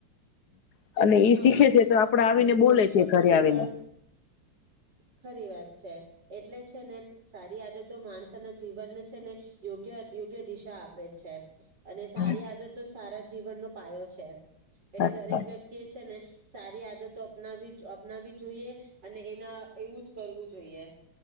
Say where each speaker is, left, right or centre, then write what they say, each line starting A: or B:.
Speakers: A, on the left (about 65°); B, on the right (about 70°).
A: <inaudible>
B: હ,
A: શીખે
B: હ,
A: છે
B: ઈજ તો
A: આપડે
B: હું કવ
A: આવીને
B: છું કે,
A: બોલે
B: શિક્ષકોનું
A: છે ઘરે આવીને
B: પણ ખરી વાત છે. એટલે છે, ને સારી આદતો માણસના જીવનને છે, ને યોગ્ય યોગ્ય દિશા આપે છે. અને સારી
A: હમ
B: આદતો સારા જીવનનો પાયો છે. એટલે
A: સાચી
B: દરેક
A: વાત
B: વ્યક્ત ને સારી આદતો અપનાવી અપનાવી જોઈએ. અને એના એવું જ કરવું જોઈએ.